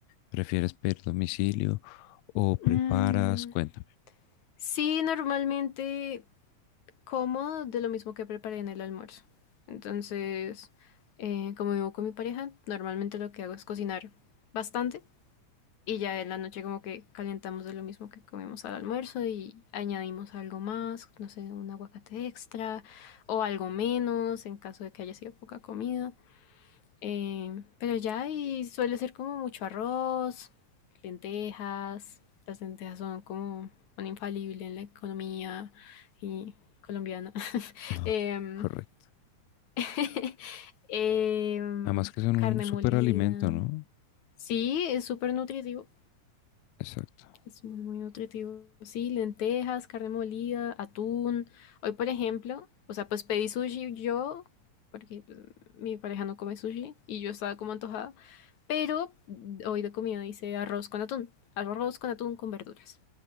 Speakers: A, on the left (about 80°); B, on the left (about 65°).
A: ¿Prefieres pedir domicilio o preparas?
B: Mm,
A: Cuéntame.
B: Sí, normalmente como de lo mismo que preparé en el almuerzo. Entonces, eh, como vivo con mi pareja, normalmente lo que hago es cocinar bastante y ya en la noche como que calentamos de lo mismo que comimos al almuerzo y añadimos algo más, no sé, un aguacate extra o algo menos en caso de que haya sido poca comida. Eh, pero ya, y suele ser como mucho arroz, lentejas. Las lentejas son como un infalible en la economía y colombiana. <laughs>
A: Ah,
B: Em,
A: correcto.
B: <laughs> em,
A: Además que son
B: carne
A: un súper
B: molida.
A: alimento ¿no?
B: Sí, es súper nutritivo.
A: Exacto.
B: Es muy, muy nutritivo. Sí, lentejas, carne molida, atún. Hoy, por ejemplo, o sea, pues pedí sushi yo, porque pues, mi pareja no come sushi y yo estaba como antojada. Pero mm, hoy de comida hice arroz con atún. Arroz con atún con verduras.